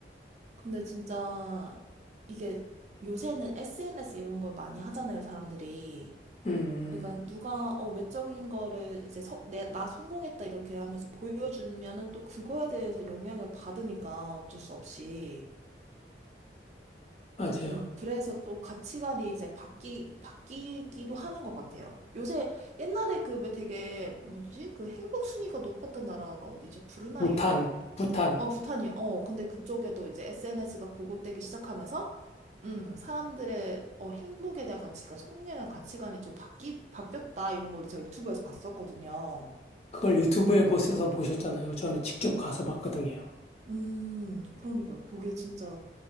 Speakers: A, on the right; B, on the left.
A: 근데 진짜 이게 요새는 SNS 이런 걸 많이 하잖아요. 사람들이.
B: 음,
A: 그러니까 누가 어 외적인 거를 이제 성, 내, 나 성공했다 이렇게 하면서 보여주면은 또 그거에 대해서 영향을 받으니까 어쩔 수 없이
B: 맞아요.
A: 좀 그래서 또 가치관이 이제 바뀌 바뀌기도 하는 것 같아요. 요새 옛날에 그 왜 되게 뭐지 그 행복 순위가 높았던 나라가 어디죠? 브루나이였나?
B: 부탄, 부탄.
A: 어, 부탄이요. 어, 근데 그쪽에도 이제 SNS가 보급되기 시작하면서, 음, 사람들의 어, 행복에 대한 가치관, 성공에 대한 가치관이 좀 바뀌, 바뀌었다, 이런 걸 제가 유튜브에서 봤었거든요.
B: 그걸 유튜브에 보셔서 보셨잖아요. 저는 직접 가서 봤거든요.
A: 음, 그러니까요. 그게 진짜,